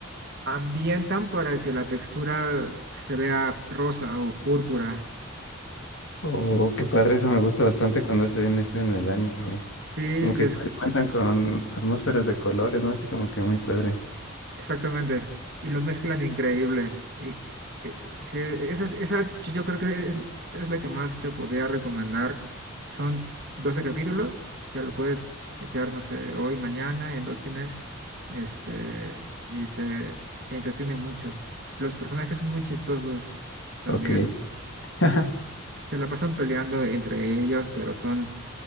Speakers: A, on the right (about 50°); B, on the left (about 65°).
A: ambientan para que la textura se vea rosa o púrpura.
B: Oh, qué padre, eso me gusta bastante cuando hacen eso en el anime.
A: Sí,
B: Como
A: les,
B: que experimentan con atmósferas de colores, ¿no? Así como que muy padre.
A: exactamente. Y lo mezclan increíble. Y, eh, sí, esa, es- esa yo yo creo que es, es la que más te podría recomendar. Son 12 capítulos, ya lo puedes echar, no sé, hoy, mañana, en dos fines, este, y te entretiene mucho. Los personajes son muy chistosos también.
B: Ok. <laughs>
A: Se la pasan peleando entre ellos, pero son